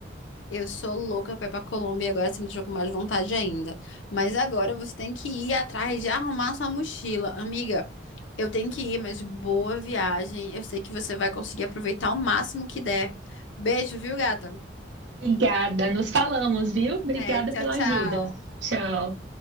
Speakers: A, on the left; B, on the right.
A: Eu sou louca pra ir pra Colômbia e agora você me deixou com mais vontade ainda. Mas agora você tem que ir atrás de arrumar sua mochila. Amiga, eu tenho que ir, mas boa viagem. Eu sei que você vai conseguir aproveitar o máximo que der. Beijo, viu, gata?
B: Obrigada, nos falamos, viu? Obrigada
A: É, tchau,
B: pela
A: tchau.
B: ajuda. Tchau.